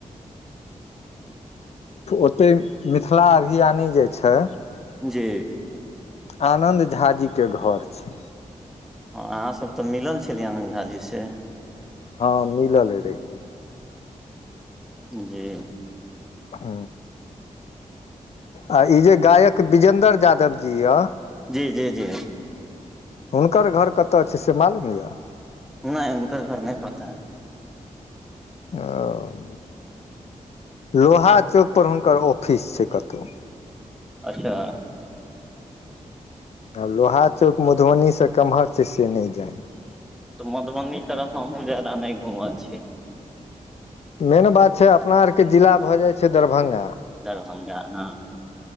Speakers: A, on the left; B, in the centre.
A: ओतय मिथिला अभियानी जे छै
B: जी
A: आनन्द झा जी के घर छै
B: हँ अहाँसभ तऽ मिलल छलियै आनन्द झा जी से
A: हँ मिलल रहियए
B: जी
A: ह आ ई जे गायक विजयेन्दर जादव जी यऽ
B: जी जी जी
A: हुनकर घर कतय छै से मालूम यऽ
B: नहि हुनकर घर कें नहि पता
A: ओ लोहा चौक पर हुनकर ऑफिस छै कतहु
B: अच्छा
A: लोहा चौक मधुबनी सँ कम्हर छै से नहि जानि
B: मधुबनी तरफ हमहुूँ जादा नहि घुमल छी
A: मेन बात छै अपना आरके जिला भऽ जाइ छै दरभंगा
B: दरभ्ंगा हँ